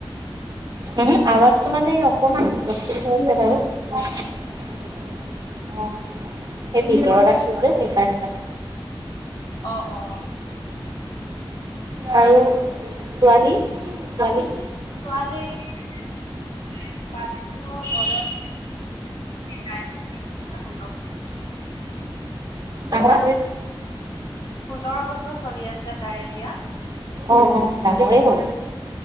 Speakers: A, on the right (about 50°); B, on the left (about 70°).
A: উমহো আৱাজটো মানে অকমান হূলস্থুল হৈ আছে বাৰু অ সেই ভিতৰত আছিল যে সেইকাৰণে মানে
B: অ অ
A: আৰু ছোৱালী ছোৱালী
B: ছোৱালী <unintelligible> বয়স <unintelligible>
A: আহা
B: ষোল্ল বছৰ চলি আছে তাইৰ এতিয়া
A: অ অ ডাঙৰে হল